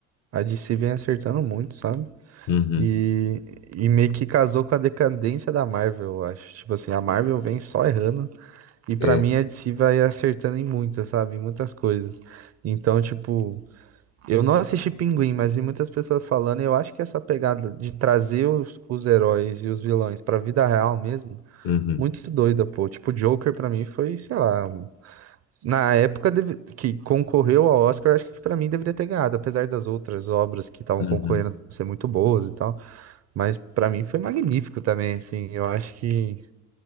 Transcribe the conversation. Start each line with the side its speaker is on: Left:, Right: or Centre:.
Right: a DC vem acertando muito, sabe?
Left: uhum,
Right: E, e meio que casou com a decadência da Marvel, eu acho. Tipo assim, a Marvel vem só errando, E pra
Left: é,
Right: mim a DC vai acertando em muitas, sabe? Em muitas coisas. Então, tipo, eu não assisti Pinguim, mas vi muitas pessoas falando, e eu acho que essa pegada de trazer os, os heróis e os vilões pra vida real mesmo,
Left: uhum,
Right: muito doida, pô. Tipo, Joker pra mim foi, sei lá, na época deve- que concorreu ao Oscar, acho que pra mim deveria ter ganhado, apesar das outras obras que estavam
Left: uhum.
Right: concorrendo ser muito boas e tal, mas pra mim foi magnífico também, assim. Eu acho que